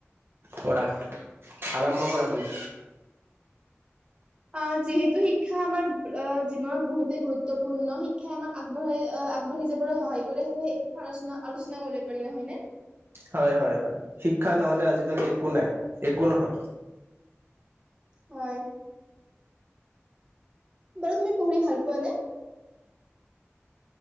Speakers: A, on the right; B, on the right.
A: কৰা। আৰম্ভ
B: উম,
A: কৰা তুমি।
B: অহ যিহেতু শিক্ষা আমাৰ অ, জীৱনত বহুতেই গুৰুত্বপূৰ্ণ শিক্ষাই আমাক আগবাঢ়াই অ, আগবঢ়ি যাবলৈ সহায় কৰে। সেয়হে <unintelligible> আলোচনা আলোচনা কৰিব পাৰি, নহয়নে?
A: হয় হয় হয়, শিক্ষা নহ'লে আজিকালি একো নাই, একো নহয়।
B: হয়। বাৰু তুমি পঢ়ি ভাল পোৱা নে?